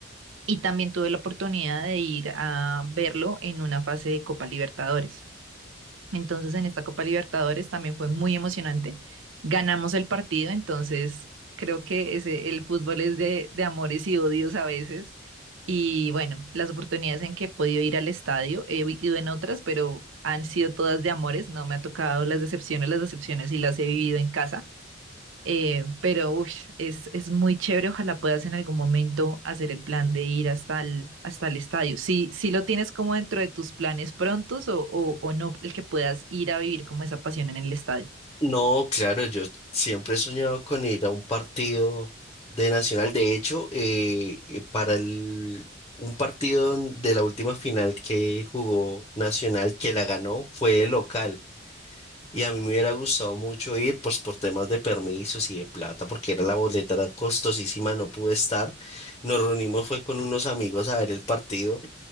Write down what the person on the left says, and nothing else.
No, claro, yo siempre he soñado con ir a un partido de Nacional. De hecho, eh, eh, para el- un partido de la última final que jugó Nacional, que la ganó, fue el local. Y a mí me hubiera gustado mucho ir, pues por temas de permisos y de plata, porque era la boleta, era costosísima, no pude estar. Nos reunimos, fue con unos amigos a ver el partido.